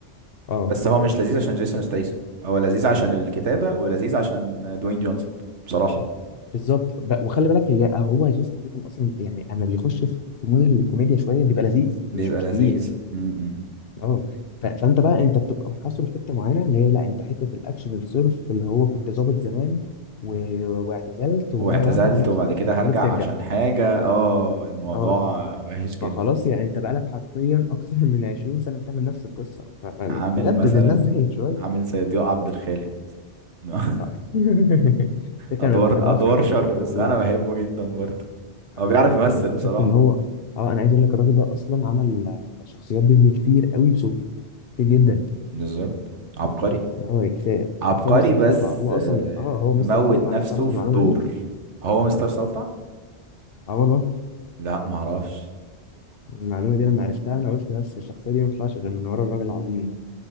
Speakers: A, on the left; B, on the right.
A: اه
B: بس هو مش لذيذ عشان جيسون ستايسون هو لذيذ عشان الكتابة ولذيذ عشان دوين جونسون بصراحة
A: بالظبط ب- وخلي بالك هي هو جيسون ستيتم اصلا يعني اما بيخش في في مود الكوميديا شويه بيبقى لذيذ
B: بيبقى
A: مش مش
B: لذيذ
A: تقيل
B: م -م.
A: اه ف- فانت بقى انت بتبقى محاصر في حته معينه اللي هي لا انت حته الاكشن الصرف اللي هو كنت ظابط زمان و... واعتزلت ومره
B: واعتزلت
A: واحده هيحصل
B: وبعد كده
A: حاجه تخليك
B: هرجع
A: ترجع
B: عشان حاجة اه الموضوع
A: اه
B: وحش
A: فخلاص
B: جدا
A: يعني انت بقالك حرفيا اكثر من 20 سنه بتعمل نفس القصه ف- يعني
B: عامل
A: جدد
B: مثلا
A: الناس زهقت شويه
B: عامل زي ضياء عبد الخالق مثلا <laughs>
A: <laughs> فكرة
B: ادوار
A: انا أنا بعشق
B: ادوار
A: الراجل
B: شر
A: ده
B: بس
A: والله
B: انا بحبه جدا برضه
A: الراجل
B: هو بيعرف
A: ده
B: يمثل
A: انا اكتشفت
B: بصراحة
A: ان هو اه انا عايز اقول لك الراجل ده اصلا عمل آه، شخصيات ديزني كتير قوي بصوته كتير جدا
B: بالظبط عبقري
A: إن هو كفايه
B: عبقري
A: كفايه مستر
B: بس
A: سلطع هو
B: آه،
A: اصلا اه هو مستر
B: مموت
A: سلطع
B: نفسه
A: انت تعرف المعلومه
B: في الدور
A: دي
B: هو مستر سلطع
A: اه والله
B: لا معرفش
A: المعلومه دي لما عرفتها انا قلت بس الشخصيه دي ما تطلعش غير من ورا الراجل العظيم ده